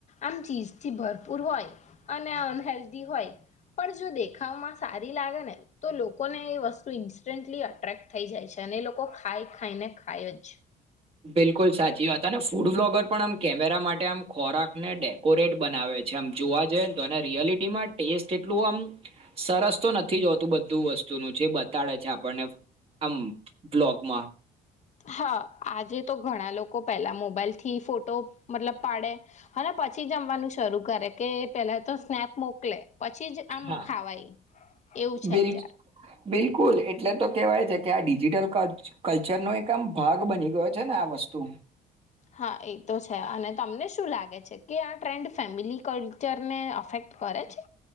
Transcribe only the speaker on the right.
બિલકુલ સાચી વાત. અને ફૂડ બ્લોગર પણ આમ કેમેરા માટે આમ ખોરાક ને ડેકોરેટ બનાવે છે. આમ જોવા જઈએ ને તો રિયાલિટીમાં ટેસ્ટ એટલું આમ સરસ તો નથી જોતું બધું વસ્તુનું જે બતાડે છે આપણને. આમ, બ્લોકમાં.
હા
બિલ
બિલકુલ, એટલે તો કેહેવાય છે કે આ ડિજિટલ કલ્ચરનો એક આમ ભાગ બની ગયો છે ને આ વસ્તુ.